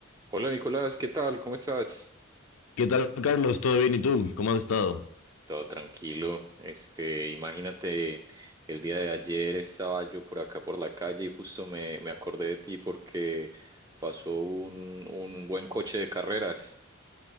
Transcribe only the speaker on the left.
¿Qué tal, Carlos? ¿Todo bien? ¿Y tú? ¿Cómo has estado?